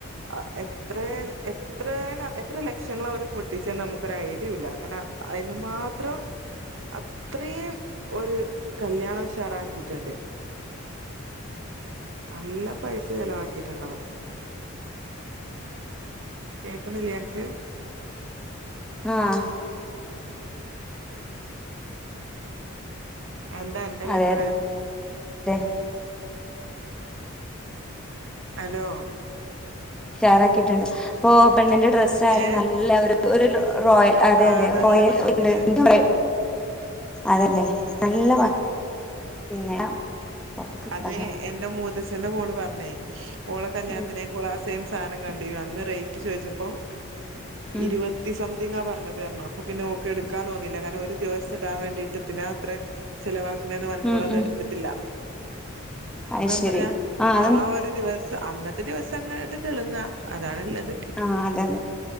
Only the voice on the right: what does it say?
ആ എത്രെ എത്രെണ് എത്ര ലക്ഷങ്ങള് അവർ പൊട്ടിച്ചെന്ന് നമുക്ക് ഒരു ഐഡിയുല്ല കാരണം അയിന് മാത്രം ഇത്രീം ഒരു കല്യാണം ഉഷാറാക്കിയിട്ട്ണ്ട് നല്ല പൈസ ചെലവാക്കിട്ടുണ്ടാവും കേക്കണില്ലേ അനക്ക്
എന്താ അന്റെ അഭിപ്രായം
ഹലോ
ഏ
ആ
നല്ല
ഭംഗിയുണ്ടല്ലേ
അത് എന്റെ മൂതച്ഛന്റെ മോള് പറഞ്ഞേ ഓള കല്യാണത്തിനേ
ഓള സെയിം സാധനം കണ്ട അന്ന് റേറ്റ് ചോദിച്ചപ്പോ
ഇരുപ ത്തി സംതിങ്ങാ പറഞ്ഞത് ര്ണു അപ്പൊ പിന്നെ ഓക്ക് എടുക്കാൻ തോന്നില്ല കാരണം ഒരു ദിവസം ഇടാൻ വേണ്ടിയിട്ട് പിന്നെ അത്ര ചെലവാക്കണന്ന് പറഞ്ഞട്ട്
ഓള് അതെടുത്തിട്ടില്ല
അപ്പ എം
പറയാ
ആഹ് ഒരു ദിവസം അന്നത്തെ ദിവസം അങ്ങോട്ട് തെളുങ്ങാ അതാണല്ലത്